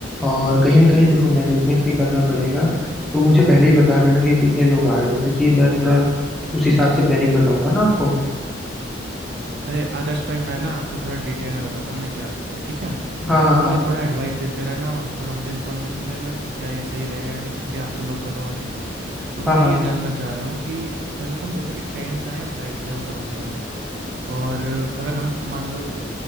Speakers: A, in the centre; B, on the right.
A: और कहीं ना कहीं देखो मैनेजमेंट भी करना पड़ेगा तो मुझे पहले ही बता देना कि कितने लोग आ रहे हो क्योंकि मैं थोड़ा उस हिसाब से प्लानिंग बताऊंगा ना आपको
B: अरे आदर्श भाई मैं ना आपको थोड़ा डिटेल में बताता हूँ हमने क्या सोचा है ठीक है
A: हाँ
B: और आप
A: हाँ
B: मुझे थोड़ा एडवाइस देते रहना और थोड़ा मुझे इन्फॉर्मेशन देना कि क्या ये सही रहेगा या नहीं क्योंकि आप तो लोकल हो आके तो मैं
A: हाँ हाँ
B: ये
A: हाँ
B: जानना चाह रहा हूँ कि पहले तो हम सोच रहे हैं कि ट्रेन से आए या फ्लाइट से आए उसका कन्फ्यूजन है और अगर हम मान लो